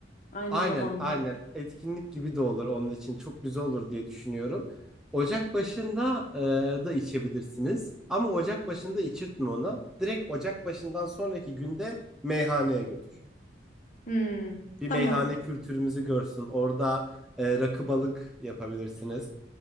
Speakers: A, on the left; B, in the centre.
A: aynı
B: Aynen
A: zamanda.
B: aynen etkinlik gibi de olur onun için çok güzel olur diye düşünüyorum. Ocak başında e, da içebilirsiniz ama ocak başında içirtme onu. Direkt ocak başından sonraki günde meyhaneye götür.
A: Hmm,
B: Bir
A: tamam.
B: meyhane kültürümüzü görsün. Orada e, rakı balık yapabilirsiniz